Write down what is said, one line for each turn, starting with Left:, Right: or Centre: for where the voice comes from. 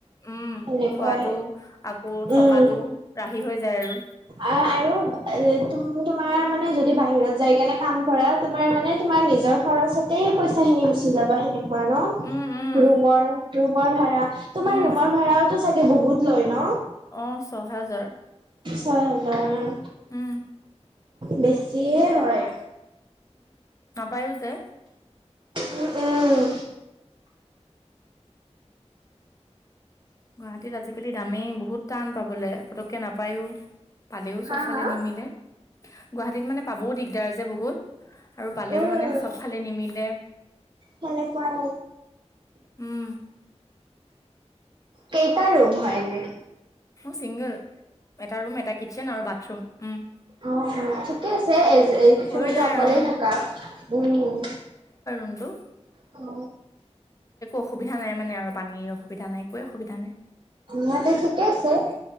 Left: উম
Right: নেকুৱাই
Left: খোৱাটো আকৌ থকাটো
Right: উম
Left: ৰাহি হৈ যায় আৰু
Right: আহ আৰু তোমাৰ মানে যদি বাহিৰত যাই কেনে কাম কৰা তোমাৰ মানে তোমাৰ নিজৰ খৰচতে পইচা গুচি যাবা সেনেকুৱা ন
Left: উম উম
Right: ৰুমৰ ৰুমৰ ভাৰা
Left: উম
Right: ঘৰ ভাড়া চাগে বহুত লয় ন
Left: অ ছহেজাৰ
Right: ছয় হাজাৰ মান।
Left: উম
Right: বেছিয়ে হয়
Left: পায়ো যে
Right: উম উম
Left: গুৱাহতিত আজিকালি দামী বহুত টান পাবলৈ পতকে নাপায়ো। পালেও চব
Right: হা
Left: ফালে
Right: হা
Left: নিমিলে গুৱাহাটীত মানে পাবও দিগদাৰ যে বহুত। আৰু পালেও
Right: উম
Left: মানে চবফালে নিমিলে
Right: সেনেকুৱাই
Left: উম
Right: কেইটা ৰুম হয়নে?
Left: মোৰ চিংগল এটা ৰুম এটা কিটচেন আৰু বাথৰুম উম।
Right: অ অ ঠিকে আছে তুমিতো
Left: হৈ যায়
Right: অকলেই
Left: অ
Right: থাকা উম।
Left: কোনটো
Right: অ
Left: অসুবিধা নাই মানে আৰু পানীৰ অসুবিধা নাই একোৱে অসুবিধা নাই।
Right: ম ঠিকে আছে